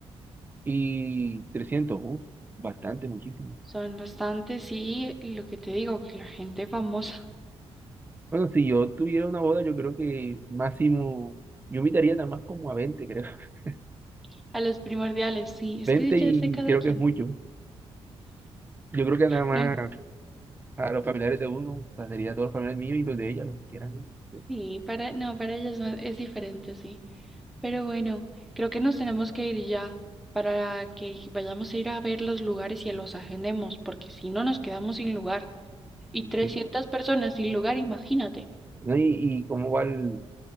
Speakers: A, on the right; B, in the centre.
A: Y trescientos uf, bastante, muchísimo.
B: Son bastantes sí, y lo que te digo, que la gente famosa.
A: Bueno, si yo tuviera una boda, yo creo que máximo, yo invitaría nada más como a 20 creo. <laughs>
B: <laughs> A los primordiales, sí, es
A: veinte
B: que ya
A: y
B: es de cada
A: creo
B: quien.
A: que es mucho. Yo creo que nada más
B: No,
A: a los familiares de uno, o sea, sería a todos los familiares míos y los de ella, los que quieran. ir.
B: sí, para, no, para ellas no, es diferente, sí. Pero bueno, creo que nos tenemos que ir ya para que vayamos a ir a ver los lugares y los agendemos, porque si no nos quedamos sin lugar. y trescientas
A: Sí.
B: personas sin lugar, imagínate.
A: ¿no? ¿Y, y cómo va el,